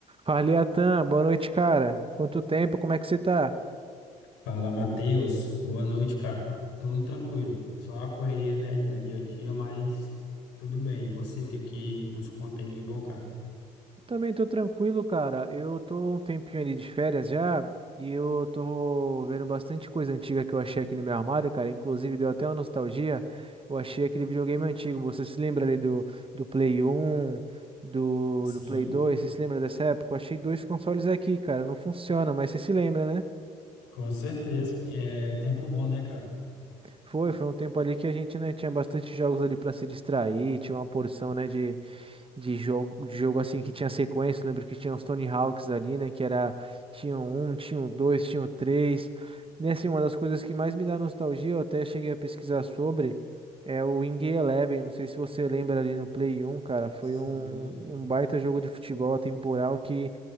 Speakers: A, on the right; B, on the left.
A: Fala, Atan, boa noite, cara. Quanto tempo, como é que você tá?
B: Fala, Matheus. Boa noite, cara. Tudo tranquilo. Só a correria, né, de- do dia a dia, mas tudo bem. E você, o que que nos conta aí de bom, cara?
A: Também tô tranquilo, cara. Eu tô um tempinho ali de férias já e eu tô vendo bastante coisa antiga que eu achei aqui no meu armário, cara. Inclusive deu até uma nostalgia. Eu achei aquele videogame antigo. Você se lembra ali do, do Play um, do,
B: Sim,
A: do Play 2? Você se lembra dessa época? Eu achei dois consoles aqui, cara. Não funciona, mas você se lembra, né?
B: com certeza. É tempo bom, né, cara?
A: Foi, foi um tempo ali que a gente, né, tinha bastante jogos ali pra se distrair, tinha uma porção, né, de de jogo, de jogo assim que tinha sequência. Eu lembro que tinha os Tony Hawks ali, né? Que era, tinha o um, tinha o dois, tinha o três. E assim, uma das coisas que mais me dá nostalgia, eu até cheguei a pesquisar sobre, é o Wing Eleven. Não sei se você lembra ali no Play 1, cara. Foi
B: Sim,
A: um, um baita jogo de futebol atemporal que.